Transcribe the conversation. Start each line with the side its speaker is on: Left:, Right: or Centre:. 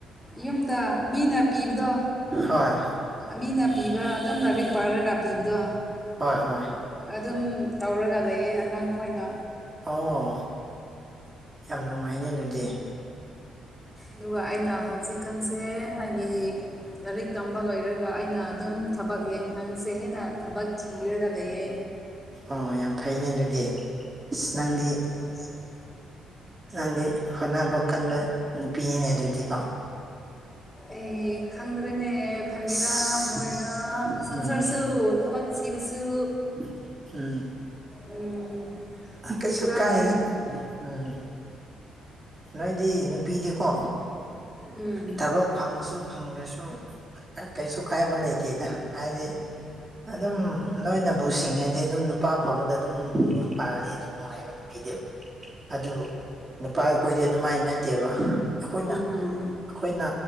Centre: ꯌꯨꯝꯗ ꯃꯤꯅ ꯄꯤꯕꯗꯣ
Right: ꯍꯣꯏ
Centre: ꯃꯤꯅ ꯄꯤꯕ ꯑꯗꯨꯝ ꯂꯥꯏꯔꯤꯛ ꯄꯥꯔꯒ ꯄꯤꯕꯗꯣ
Right: ꯍꯣꯏ ꯍꯣꯏ
Centre: ꯑꯗꯨꯝ ꯇꯧꯔꯒ ꯂꯩꯌꯦ ꯑꯉꯥꯡ ꯈꯣꯏꯅ
Right: ꯑꯣ ꯌꯥꯝ ꯅꯨꯡꯉꯥꯏꯅꯦ ꯑꯗꯨꯗꯤ
Centre: ꯑꯗꯨꯒ ꯑꯩꯅ ꯍꯧꯖꯤꯛꯀꯥꯟꯁꯦ ꯍꯥꯏꯗꯤ ꯂꯥꯏꯔꯤꯛ ꯇꯝꯕ ꯂꯣꯏꯔꯒ ꯑꯩꯅ ꯑꯗꯨꯝ ꯊꯕꯛ ꯌꯦꯡꯍꯟꯁꯦ ꯍꯥꯏꯅ ꯊꯕꯛ ꯊꯤꯔꯒ ꯂꯩꯌꯦ
Right: ꯑꯣ ꯌꯥꯝ ꯐꯩꯅꯦ ꯑꯗꯨꯗꯤ ꯑꯁ ꯅꯪꯗꯤ
Centre: <inaudible>
Right: ꯅꯪꯗꯤ ꯍꯣꯠꯅꯕ ꯀꯟꯕ ꯅꯨꯄꯤꯅꯤꯅꯦ ꯑꯗꯨꯗꯤꯀꯣ
Centre: ꯑꯩ ꯈꯪꯗ꯭ꯔꯦꯅꯦ ꯐꯪꯒꯤꯔꯥ
Right: ꯑꯁ
Centre: ꯐꯣꯏꯔ ꯁꯪꯁꯥꯔꯁꯨ
Right: ꯎꯝ
Centre: ꯊꯕꯛ ꯊꯤꯕꯁꯨ
Right: <unintelligible> ꯎꯝ
Centre: ꯎꯝ
Right: ꯀꯩꯁꯨ
Centre: ꯈꯔꯗꯤ
Right: ꯀꯥꯏꯗ ꯎꯝ ꯅꯣꯏꯗꯤ ꯅꯨꯄꯤꯗꯤꯀꯣ
Centre: ꯎꯝ
Right: ꯊꯕꯛ ꯐꯪꯉꯁꯨ ꯐꯪꯗ꯭ꯔꯁꯨ ꯀꯩꯁꯨ ꯀꯥꯏꯕ ꯂꯩꯇꯦꯗ ꯍꯥꯏꯗꯤ ꯑꯗꯨꯝ ꯅꯣꯏꯅꯕꯨ ꯁꯤꯡꯉꯗꯤ ꯑꯗꯨꯝ ꯅꯨꯄꯥ ꯑꯐꯕꯗ ꯑꯗꯨꯝ ꯌꯨꯝ ꯄꯥꯜꯂꯗꯤ ꯑꯗꯨꯝ ꯅꯨꯡꯉꯥꯏꯕ ꯅꯨꯄꯤꯗꯤ ꯑꯗꯨ ꯅꯨꯄꯥ ꯑꯩꯈꯣꯏꯗꯤ ꯑꯗꯨꯃꯥꯏꯅ ꯅꯠꯇꯦꯕ ꯑꯩꯈꯣꯏꯅ
Centre: ꯎꯝ ꯎꯝ
Right: ꯑꯩꯈꯣꯏꯅ